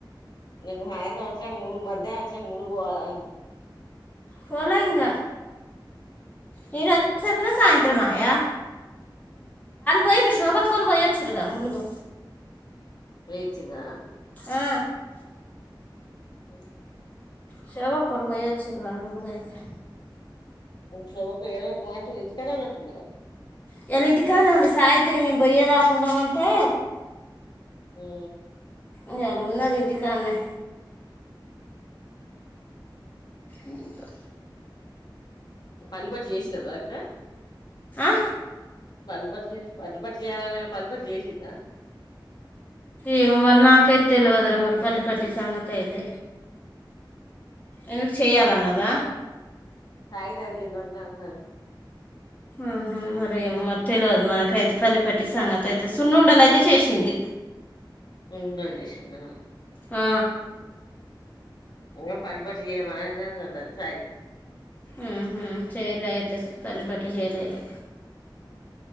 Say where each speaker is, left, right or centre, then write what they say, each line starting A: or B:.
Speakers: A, on the left; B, on the left.
A: నిన్న సాయంతం వచ్చినంక ములుగు మధ్యనం వచ్చినాక ములుగు పోదాం అంది
B: పోలే ఇంగ నేను వచ్చే సరకల సాయంత్రం ఆయా పోయిరు శోబక్కొల్లు పోయివచ్చిర్రు గా ములుగు
A: పోయ్ వచ్చిరా
B: ఆ,
A: క <inaudible>
B: శోబక్కోళ్లు పోయి వచ్చిర్రు వాళ్ళు ముందు పోయిర్రు
A: మి శోభక్క ఇయాల పొనట్టుంది ఇంటికాడనే ఉన్నట్టు ఉన్నాదిగా
B: ఇయ్యల ఇంటికాన్నే ఉంది సావిత్రి నేను బోయే దాకా ఉండమంటే
A: ఏ
B: ఇయ్యల ఉన్నది ఇంటికాన్నే ఇంకా
A: పల్లి పట్టి జేసినవా అక్క
B: ఆ?
A: పల్లిపట్టే పల్లిపట్టే జేయ్యాలనే పల్లిపట్టి జేసిందా
B: ఏమో మరి నాక్ ఎత్ తెలువదు రా మరి పల్లిపట్టి సంగతి అయితే ఎందుకు చేయాలన్నదా
A: సావిత్రి అడిగింది ఉన్న ఉన్న అని
B: ఆహా మరి ఏమో మరి తెలువదు మనకైతే పల్లిపట్టి సంగతి అయితే సున్నుండలు అయితే చేసింది
A: న్నుండ జేసిందా
B: ఆ
A: ఓ పల్లి పట్టి జేయ్యమని నన్ను అన్నది సావి
B: ఉహు చేయలే అయితే పల్లి పట్టి చేయలే అయితే